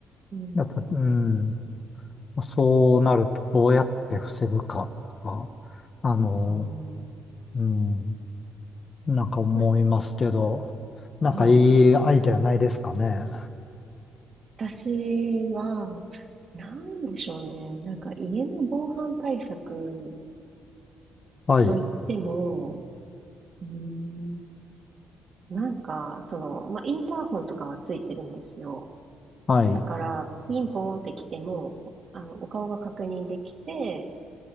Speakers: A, on the right; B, on the left.
A: うん。
B: やっぱ、うん、そうなるとどうやって防ぐかとか、あの、
A: うん。
B: うん、なんか思いますけど、
A: な、
B: なんかいいアイデアないですかね。
A: はい。私は、なんでしょうね。なんか家の防犯対策
B: はい、
A: といっても、うん、なんか、その、まあ、インターホンとかはついてるんですよ。
B: はい、
A: だから、ピンポーンって来ても、あの、お顔が確認できて、